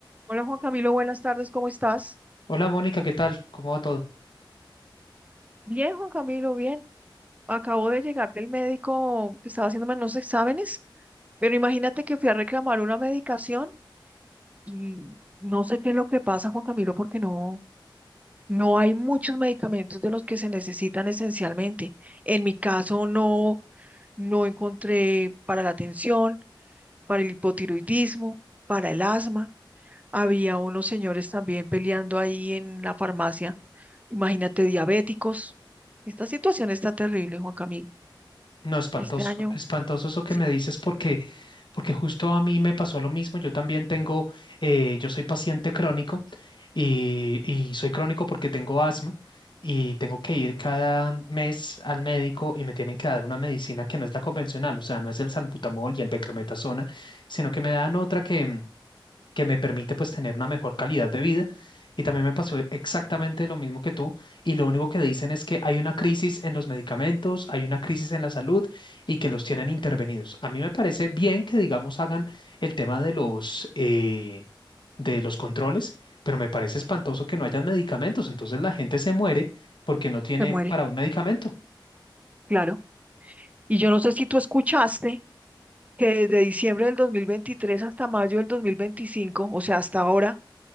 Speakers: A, on the right (about 15°); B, on the left (about 65°).
A: Hola Juan Camilo, buenas tardes, ¿cómo estás?
B: Hola Mónica, ¿qué tal? ¿Cómo va todo?
A: Bien, Juan Camilo, bien. Acabo de llegar del médico que estaba haciéndome unos exámenes, pero imagínate que fui a reclamar una medicación y no sé qué es lo que pasa, Juan Camilo, porque no, no hay muchos medicamentos de los que se necesitan esencialmente. En mi caso no, no encontré para la tensión, para el hipotiroidismo, para el asma. Había unos señores también peleando ahí en la farmacia Imagínate diabéticos. Esta situación está terrible, Juan Camilo.
B: No, espantoso,
A: Este año,
B: espantoso eso que
A: sí,
B: me dices porque, porque justo a mí me pasó lo mismo. Yo también tengo, eh, yo soy paciente crónico y, y soy crónico porque tengo asma y tengo que ir cada mes al médico y me tienen que dar una medicina que no es la convencional, o sea, no es el salbutamol y el beclometasona, sino que me dan otra que, que me permite pues tener una mejor calidad de vida. Y también me pasó exactamente lo mismo que tú. Y lo único que dicen es que hay una crisis en los medicamentos, hay una crisis en la salud y que los tienen intervenidos. A mí me parece bien que, digamos, hagan el tema de los, eh, de los controles, pero me parece espantoso que no hayan medicamentos. Entonces la gente se muere porque no tiene
A: se muere,
B: para un medicamento.
A: claro. Y yo no sé si tú escuchaste que desde diciembre del 2023 hasta mayo del 2025, o sea, hasta ahora,